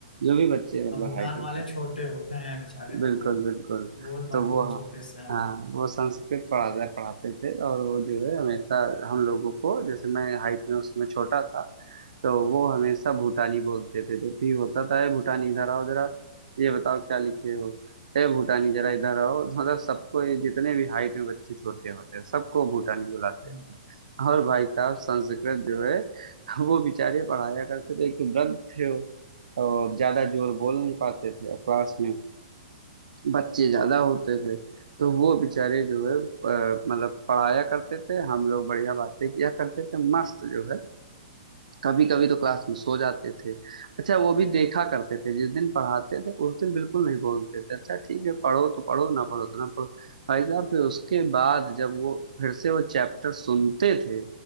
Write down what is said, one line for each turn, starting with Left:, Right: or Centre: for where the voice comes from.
Right: जो भी बच्चे मतलब
Left: हम भूटान
Right: हाइट
Left: वाले
Right: में
Left: छोटे होते हैं बेचारे
Right: बिल्कुल
Left: थोड़े
Right: बिल्कुल
Left: गोल मटोल
Right: तो वो
Left: छोटे से हैं
Right: हाँ वो संस्कृत पढ़ाता पढ़ाते थे और वो जो है हमेशा हम लोगों को जैसे मैं हाइट में उसमें छोटा था तो वो हमेशा भूटानी बोलते थे जब भी होता था "ए, भूटानी इधर आओ जरा ये बताओ क्या लिखे हो ए भूटानी जरा इधर आओ <laughs> मतलब सबको ये जितने भी हाइट में बच्चे छोटे होते हैं सबको भूटानी बुलाते
Left: हम्म,
Right: थे और भाई साहब संस्कृत जो है वो बेचारे पढ़ाया करते थे एक तो वृद्ध थे वो और ज्यादा जोर बोल नहीं पाते थे और क्लास में बच्चे ज्यादा होते थे तो वो बेचारे जो है अ, मतलब पढ़ाया करते थे हम लोग बढ़िया बातें किया करते थे मस्त जो है कभी कभी तो क्लास में सो जाते थे अच्छा वो भी देखा करते थे जिस दिन पढ़ाते थे उस दिन बिल्कुल नहीं बोलते थे अच्छा ठीक है पढ़ो तो पढ़ो ना पढ़ो तो ना पढ़ो भाई साहब फिर उसके बाद जब वो फिर से वो चैप्टर सुनते थे